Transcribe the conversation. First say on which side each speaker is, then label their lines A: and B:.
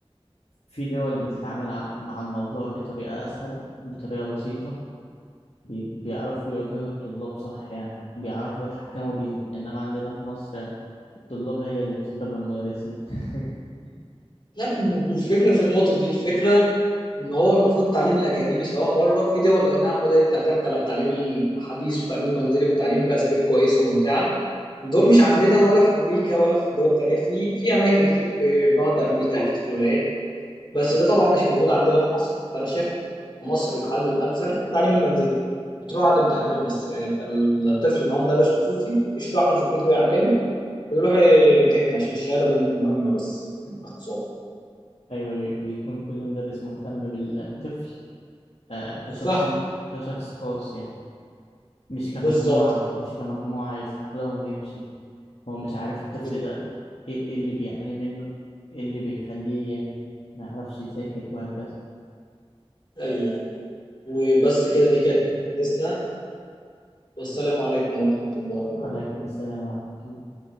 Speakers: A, on the left; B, on the left.
A: في دول بتتعامل ع- مع الموضوع بطريقة أسهل بطريقة بسيطة بي- بيعرفوا يواجهوا الطلاب صح يعني بيعرفوا يتحكموا بيهم إنما عندنا في مصر الطلاب هي اللي بتضرب المدرسين <laughs>
B: لا مش الفكرة في النقطة دي الفكرة ان هو المفروض التعليم الاكاديمي سواء بره في دول اي نعم بدأت تعتمد على التعليم الحديث والتعليم المنزلي والتعليم بأساليب كويسة ممتعة دول مش عندنا ولا في امريكا ولا في دول تانية في في اماكن كتير في بعض امريكا اكيد في الولايات بس ده طبعا مش موجود عندنا في مصر فانا شايف في مصر الحل الامثل التعليم المنزلي بتروح عند امتحانات بس يعني يبقى الطفل معاه مدرس خصوصي يشرح له في البيت ويعلمه ويروح يمتحن عشان الشهاده مهم- مهمه بس باختصار
A: أيوة ويكون كل مدرس مهتم بالطفل آه، كشخص
B: وفهمه
A: كشخص خاص يعني مش
B: بالظبط
A: كمجموعة مش كمجموعة يسلح لهم ويمشي هو مش عارف الطفل
B: بس-
A: ده ايه إيه اللي بيعاني منه ايه اللي بيخليه ما يعرفش يذاكر وهكذا
B: ايوه وبس كده دي كانت حديثنا والسلام عليكم ورحمه الله وبركاته
A: وعليكم السلام ورحمة الله